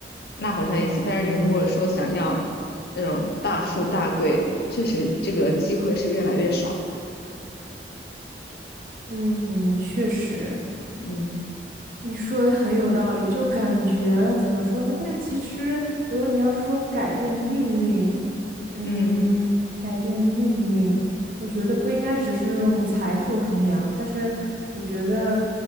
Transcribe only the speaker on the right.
嗯嗯，确实。
你说的很有道理，就感觉怎么说呢？但其实，如果你要说改变命运，嗯，
改变命运，我觉得不应该只是用财富衡量，但是我觉得，